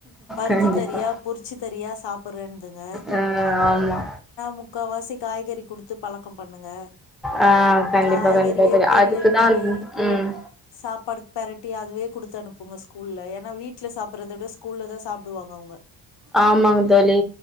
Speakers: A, on the left; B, in the centre.
A: வறுத்து
B: கண்டிப்பா
A: தறியா பொறிச்சுத்தறியா சாப்புடுறந்துங்க
B: ஆ ஆமா
A: முக்காவாசி காய்கறி குடுத்து பழக்க பண்ணுங்க
B: ஆ கண்டிப்பா
A: காய்கறி
B: கண்டிப்பா
A: இதயே
B: தோழி
A: பொறியல்
B: அதுக்குதா
A: பண்ணி
B: ம்
A: சாப்பாடு பேரட்டி அதுவே குடுத்து அனுப்புங்க ஸ்கூல்ல ஏன்னா வீட்டு வீட்ல சாப்றத விட ஸ்கூல் தா சாப்டுவாங்க அவங்க
B: ஆமாங்க தோழி